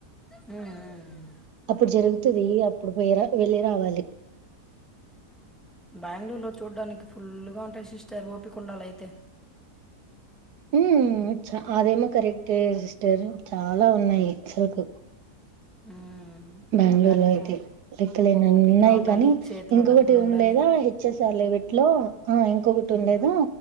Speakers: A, in the centre; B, on the right.
A: హ్మ్. హ్మ్.
B: అప్పుడు జరుగుతది అప్పుడు పోయి రా వెళ్ళి రావాలి
A: బెంగళూరులో చూడ్డానికి ఫుల్గా ఉంటాయి సిస్టర్ ఓపిక ఉండాలా అయితే
B: హు చ అదేమో కరెక్టే ఏ సిస్టర్ చాలా ఉన్నాయి అసల్క్
A: మ్మ్.
B: బెంగళూరులో
A: చూడ్డానికి
B: అయితే లెక్కలేనన్నీ
A: ఓపికగా
B: ఉన్నాయి
A: ఉండాలి
B: కానీ
A: చేతిలో
B: ఇంకొకటి
A: డబ్బులు
B: ఉ
A: ఉండాలి
B: లేదా హెచ్ఎస్ర్ అలె వీట్లో ఆ ఇంకొకటి
A: మ్మ్.
B: ఉండేదా